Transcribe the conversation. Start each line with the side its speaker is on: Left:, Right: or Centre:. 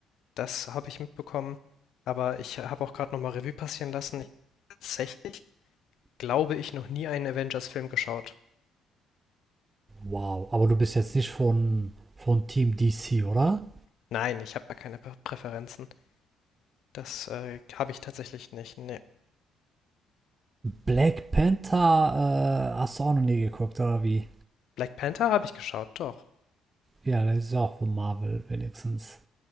Left: Das habe ich mitbekommen. Aber ich habe auch gerade nochmal Revue passieren lassen. Tatsächlich glaube ich noch nie einen Avengers-Film geschaut.
Right: Wow. Aber du bist jetzt nicht von, von Team DC, oder?
Left: Nein, ich habe da keine Prä- Präferenzen. Das äh, habe ich tatsächlich nicht. Nee.
Right: Black Panther äh, hast du auch noch nie geguckt, oder wie?
Left: Black Panther habe ich geschaut, doch.
Right: Ja, das ist auch von Marvel wenigstens.